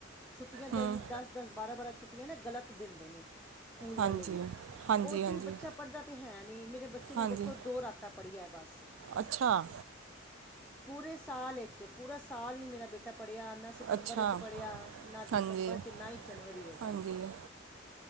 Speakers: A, in the centre; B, on the right.
A: ਛੁੱਟੀਆਂ ਜਾਂ
B: ਹੂੰ
A: ਦਸ-ਦਸ, ਬਾਰਾਂ-ਬਾਰਾਂ ਛੁੱ ਛੁੱਟੀਆਂ ਤੇ ਗਲਤ ਦਿੰਦੇ ਨੇ ਸਕੂਲ
B: ਹਾਂਜੀ
A: ਵਾਲੇ ਵੀ,
B: ਹਾਂਜੀ
A: ਓਹ ਚ
B: ਹਾਂਜੀ
A: ਵੀ ਬੱਚਾ ਪੜ੍ਹਦਾ ਤੇ ਹੈ ਨੀ, ਮੇਰੇ ਬੱਚੇ ਨੇ
B: ਹਾਂਜੀ
A: ਦੇਖੋ ਦੋ ਰਾਤਾਂ ਪੜ੍ਹੀਆ ਬਸ।
B: ਅੱਛਾ!
A: ਪੂਰੇ ਸਾਲ ਏਚ ਪੂਰਾ ਸਾਲ ਨੀ ਮੇਰਾ ਬੇਟਾ ਪੜ੍ਹਿਆ, ਨਾ ਸਤੰਬਰ
B: ਅੱਛਾ
A: 'ਚ ਪੜ੍ਹਿਆ, ਨਾ ਦਿਸੰਬਰ
B: ਹਾਂਜੀ
A: 'ਚ, ਨਾ ਈ ਜਨਵਰੀ ਏਚ।
B: ਹਾਂਜੀ